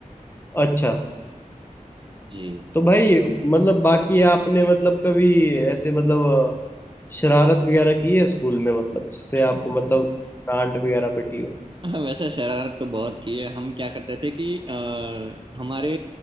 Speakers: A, on the left; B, on the right.
A: अच्छा
B: जी
A: तो भाई मतलब बाकी आपने मतलब कभी ऐसे मतलब अ, शरारत वगैरह की है स्कूल में मतलब जिससे आपको
B: <laughs>
A: मतलब डांट वगैरह पिटी हो
B: <laughs> हाँ, वैसे शरारत तो बहुत की है हम क्या करते थे कि अ, हमारे